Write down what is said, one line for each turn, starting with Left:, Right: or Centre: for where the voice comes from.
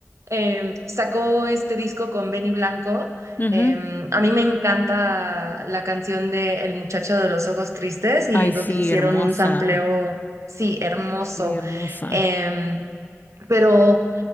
Right: eh, sacó este disco con Benny Blanco.
Left: Ujú.
Right: Eh, a mí me encanta la canción de El muchacho de los ojos tristes y
Left: Ay, sí,
Right: veo que hicieron
Left: hermosa,
Right: un sampleo, sí, hermoso.
Left: sí, hermosa.
Right: Eh, pero...